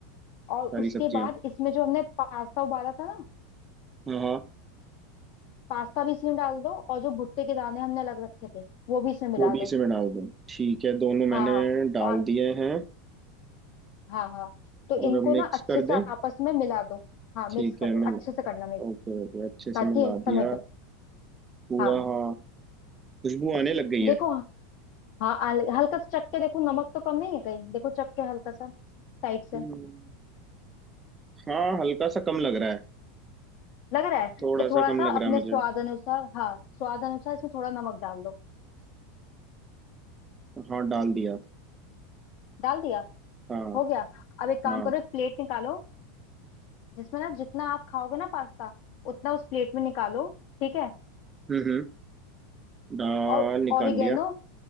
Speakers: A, on the left (about 50°); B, on the right (about 20°).
A: और
B: सारी
A: उसके
B: सब्जियां
A: बाद इसमें जो हमने पास्ता उबाला था ना
B: हाँ हाँ
A: पास्ता भी इसमें डाल दो और जो भुट्टे के दाने हमने अलग रखे थे वो भी इसमें मिला
B: वो भी इसी
A: दो
B: में डाल दूँ ठीक है दोनों मैंने
A: हाँ हाँ
B: डाल
A: और
B: दिए हैं
A: हाँ हाँ तो
B: और
A: इनको
B: अब मिक्स
A: ना अच्छे
B: कर
A: से
B: दें
A: आपस में मिला दो हाँ मिक्स
B: ठीक
A: कर
B: है
A: दो
B: मिल
A: अच्छे से करना मिक्स
B: ओके ओके अच्छे से
A: ताकि
B: मिला
A: समेट
B: दिया पूरा
A: हाँ
B: हाँ खुशबू आने लग गई है
A: देखो हाँ हल- हल्का सा चख के देखो नमक तो कम नहीं है कहीं देखो चख के हल्का सा साइड से
B: हम्म, हाँ हल्का सा कम लग रहा है
A: लग रहा है
B: थोड़ा
A: तो थोड़ा
B: सा कम
A: सा
B: लग रहा
A: अपने
B: है मुझे
A: स्वाद अनुसार हाँ स्वाद अनुसार इसमें थोड़ा नमक डाल दो
B: हाँ डाल दिया
A: डाल दिया
B: हाँ
A: हो गया अब एक काम
B: हाँ
A: करो एक प्लेट निकालो जिसमें ना जितना आप खाओगे ना पास्ता उतना उस प्लेट में निकालो ठीक है
B: हम्म हम्म डाल
A: और
B: निकाल
A: ऑरिगेनो
B: लिया